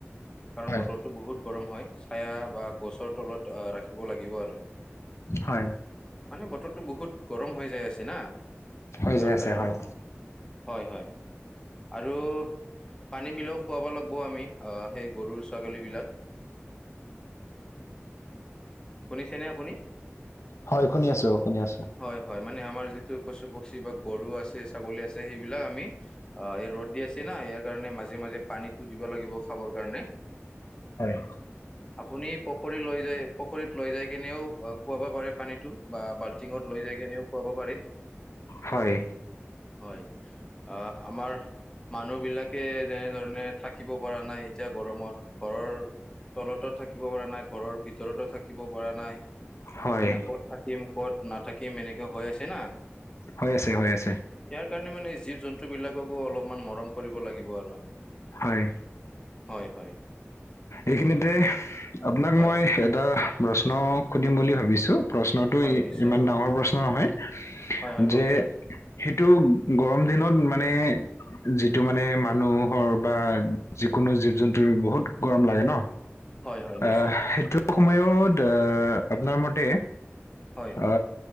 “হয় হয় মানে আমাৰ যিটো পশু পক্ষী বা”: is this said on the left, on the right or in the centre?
Left